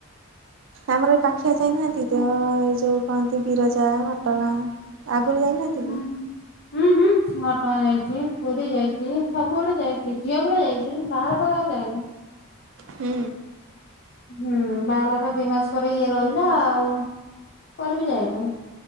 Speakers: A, on the right; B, on the left.
A: ଆମର ଏ ପାଖିଆ ଯାଇନାହାନ୍ତି? ତ ଏ ଯେଉଁ କହନ୍ତି ବିରଜା ଘଟଗାଁ ଆଗରୁ ଯାଇନାହାନ୍ତି
B: ହୁଁ।
A: କି?
B: ହୁଁ ହୁଁ ଘଟଗାଁ ଯାଇଛି ପୁରୀ ଯାଇଛି ସବୁ ଆଡେ ଯାଇଛି ଝିଅ ବେଳେ ଯାଇଛି ବାହାର ହେଲା ପରେ ଯାଇନି।
A: ହୁଁ।
B: ହୁଁ ବାହାହେଲା ପରେ ଦି ମାସ ପରେ ଇଏ ରହିଲା ଆଉ କୁଆଡ ବି ଯାଇନୁ।